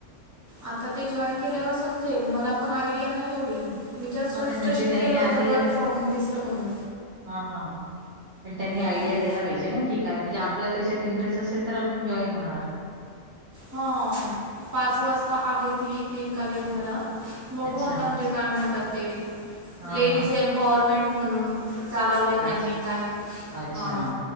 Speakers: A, on the right; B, on the right.
A: आता ते जॉईन केल्यावर समजेल मला पण आयडिया नाही एवढी. मीस्
B: हा
A: रजिस्ट्रेशन
B: पण म्हणजे त्यांनी
A: केलं
B: आधी
A: होत वर्क फ्रॉम होम दिसलं म्हणून.
B: हा हा पण त्यांनी आयडिया
A: हां
B: दिला पाहिजे ना की काय म्हणजे. आपला त्याच्यात इंटरेस्ट असेल तर आपण जॉईन होणार.
A: हा पाच वाजता आहे ती इन का आलेली मला. बघू
B: अच्छा
A: आता म्हणजे काय म्हणतात ते
B: हा
A: लेडीज
B: हा
A: एम्पवरमेंट म्हणून. चालवलंय त्यांनी
B: अच्छा
A: काय.
B: अच्छा
A: हा